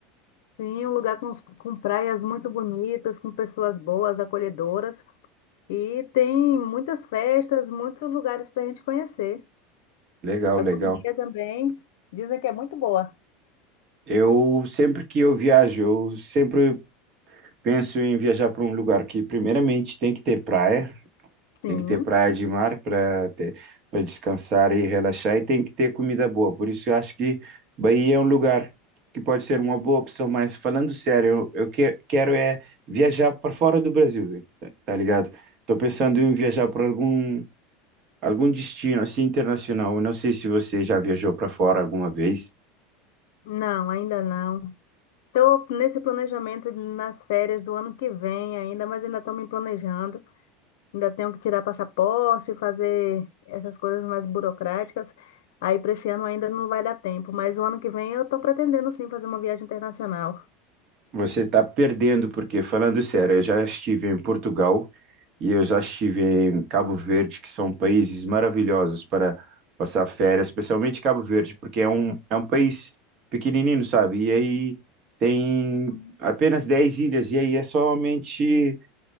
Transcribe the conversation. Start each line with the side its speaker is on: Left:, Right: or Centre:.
Left: sim, um lugar com, com praias muito bonitas, com pessoas boas, acolhedoras. E tem muitas festas, muitos lugares para a gente conhecer.
Right: Legal,
Left: A
Right: legal.
Left: culinária também, dizem que é muito boa.
Right: Eu sempre que eu viajo, eu sempre Penso em viajar para um lugar que, primeiramente, tem que ter praia,
Left: Sim,
Right: tem que ter praia de mar para ter, para descansar e relaxar, e tem que ter comida boa. Por isso, eu acho que Bahia é um lugar que pode ser uma boa opção. Mas, falando sério, eu, eu que, quero é viajar para fora do Brasil, tá tá ligado? Estou pensando em viajar para algum, algum destino assim internacional. Eu não sei se você já viajou para fora alguma vez.
Left: não, ainda não. Estou nesse planejamento nas férias do ano que vem ainda, mas ainda estou me planejando. Ainda tenho que tirar passaporte, fazer essas coisas mais burocráticas. Aí para esse ano ainda não vai dar tempo, mas o ano que vem eu estou pretendendo sim fazer uma viagem internacional.
Right: Você está perdendo, porque, falando sério, eu já estive em Portugal e eu já estive em Cabo Verde, que são países maravilhosos para passar férias, especialmente Cabo Verde, porque é um, é um país pequenininho, sabe? E aí tem
Left: Hum.
Right: apenas 10 ilhas, e aí é somente